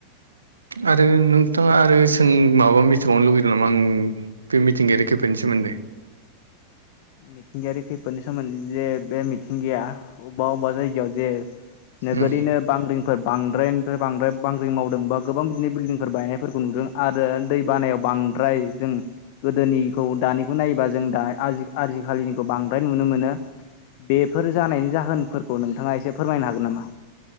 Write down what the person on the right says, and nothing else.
आरो नोंथाङा आरो सों माबा मिथिबावनो लुगै लानांगौ बे मिथिंगायारि खैफोदनि सोमोन्दै
उम